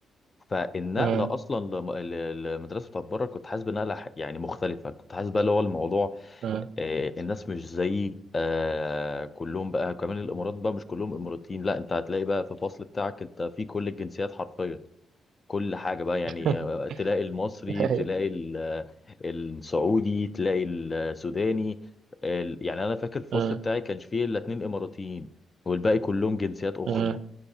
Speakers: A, on the left; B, on the right.
A: فالنقله
B: مم.
A: اصلا لم- ل- للمدرسه بتاعت بره كنت حاسس بنقله ح- يعني مختلفه كنت حاسس بقى اللي هو الموضوع
B: مم.
A: آه، الناس مش زي آه، كلهم بقى كمان الامارات بقى مش كلهم اماراتيين لا انت هتلاقي بقى في الفصل بتاعك انت في كل الجنسيات حرفيا كل حاجة بقى يعني
B: <laughs>
A: آه، تلاقي المصري
B: أيوه
A: تلاقي ال- آه، السعودي تلاقي السوداني ال- يعني انا فاكر الفصل
B: مم.
A: بتاعي كانش فيه الا اتنين اماراتيين والباقي كلهم جنسيات اخرى
B: مم.